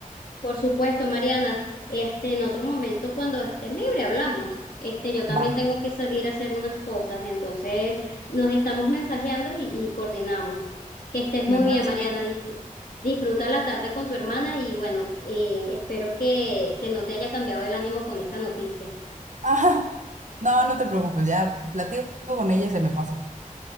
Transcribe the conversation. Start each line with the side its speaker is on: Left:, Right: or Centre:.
Left: por supuesto, Mariana, este, en otro momento cuando estés libre hablamos. Este, yo también
Right: Va.
Left: tengo que salir a hacer unas cosas, entonces nos estamos mensajeando y, y coordinamos. Que estés muy
Right: Me
Left: bien,
Right: parece
Left: Mariana.
Right: bien.
Left: disfr- disfruta la tarde con tu hermana y bueno, eh, espero que, que no te haya cambiado el ánimo con esta noticia.
Right: Ah, <laughs> no, no te preocupes, ya platico con ella y se me pasa.